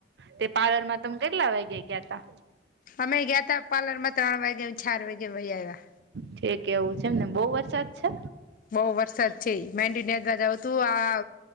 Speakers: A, on the right; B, on the left.
A: તે પાર્લરમાં તમે કેટલા વાગે ગયા તા?
B: અમે ગયાતા પાર્લર માં ત્રણ વાગ્યા ચાર વાગે વહી આવ્યા,
A: ઠીક એવું છે એમને બહુ વરસાદ છે.
B: બઉ વરસાદ છે, માંડવી નેદવા જાઆવતું આ